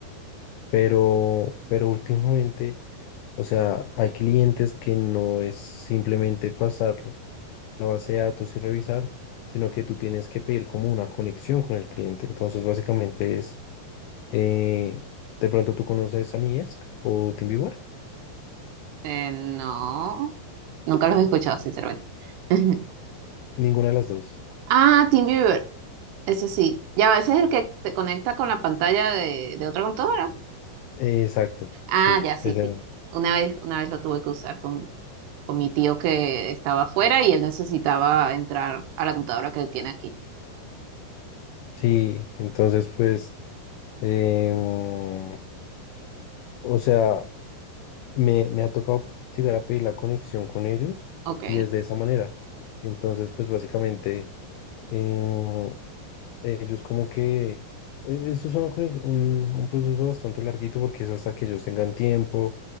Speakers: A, on the left (about 85°); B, on the right (about 80°).
A: Pero, pero últimamente, o sea, hay clientes que no es simplemente pasar la base de datos y revisar, sino que tú tienes que pedir como una conexión con el cliente. Entonces, básicamente es, eh, de pronto tú conoces a Niesc o TeamViewer,
B: Eh, no. Nunca los he escuchado, sinceramente. <laughs>
A: ninguna de las dos.
B: Ah, Team Viewer, ese sí. Ya a veces es el que te conecta con la pantalla de, de otra computadora.
A: Exacto,
B: Ah,
A: sí,
B: ya, sí,
A: esa-
B: sí. Una vez, una vez lo tuve que usar con, con mi tío que estaba afuera y él necesitaba entrar a la computadora que él tiene aquí.
A: sí, entonces pues... Em, o sea, me, me ha tocado llegar a pedir la conexión con ellos
B: Ok,
A: y es de esa manera. Entonces, pues básicamente, em, ellos como que, e- esto es una conex- un, un proceso bastante larguito porque es hasta que ellos tengan tiempo,